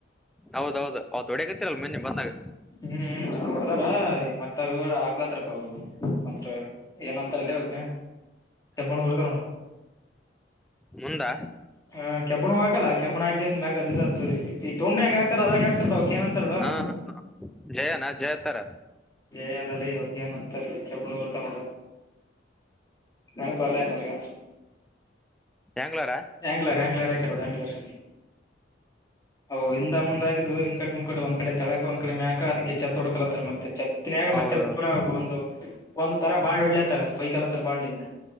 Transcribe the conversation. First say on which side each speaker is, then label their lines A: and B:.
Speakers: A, in the centre; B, on the left.
A: ಹೌದೌದು ಅತ ಹೊಡಡೆಗತ್ತಿರಲ್ಲ ಮೊನ್ನೆ ಬಂದಾಗ.
B: ಹ್ಮ್ ಹ್ಮ ಅದ ಹೊಡದಾರ ಮತ್ತ ಇವ ಆಗ್ಕ್ಲತ್ತರಕ ತಂತ್ರ. ಏನ ಅಂತರಲ್ಲೇ ಅವಕ ಕೆಬ್ಬಣ್ಣವು ಇರ್ತ ನೋಡ.
A: ಮುಂದಾ.
B: ಹ ಕೆಬ್ಬಣ್ಣವು ಹಾಕಲ್ಲ ಕೆಬ್ಬಣ ಹಾಕಿ ಗೆಸಿಂದ ಮ್ಯಾಗ ಇದು ಅತ್ತದ ಈಗ ದೆೊಂಡ ಹೆಂಗ್. ಹತ ಅದ್ರಂಗ ಹಾಕ್ತಾರಲ್ಲ ಅದಕ್ಕ ಏನಂತರ್ ನೋಡ.
A: ಹ ಜಯನಾ ಜಯತಾರ
B: ಎ ಅಲ್ಲಲ್ಲೇ ಇವಗ ಏನ್ ಅಂತರ್ಲ ಕೆಬ್ಬಣವು ಇರ್ತವ ನೋಡ. ನೆನಪು ಬರಲಾಗ್ಯದ ನನಗ.
A: ಹ್ಯಾಂಗ್ಲರಾ.
B: ಹ್ಯಾಂಗ್ಲರ್ ಹ್ಯಾಂಗ್ಲರ್ ಹಾಕ್ಯಾರ ನೂಡ ಹ್ಯಾಂಗ್ಲರ್. ಅವು ಇಂದ ಮುಂದ ಆಗಿದ್ದವು ಇಂಕಟ್ ಮುಂಕಟ್ಟ ಒಂದ್ ಕಡೆ ತೆಳಕ ಒಂದ ಕಡೆ ಮ್ಯಾಕ ಅದಕ್ಕೆ. ಚತ್ತು ಹುಡ್ಕಲತ್ತಾರೆ ಮತ್ತೆ ಚತ್ತಿನಯಾಗ
A: ಹೌದೌದು
B: ಮತ್ತೆ ಪೂರ ಒಂದು. ಒಂದ್ ತರ ಬಾಂಡ್ ಹೊಡ್ಲೆ ತರ ಕೊಯ್ಕಲೆತರ ಬಾಂಡಿಂದ.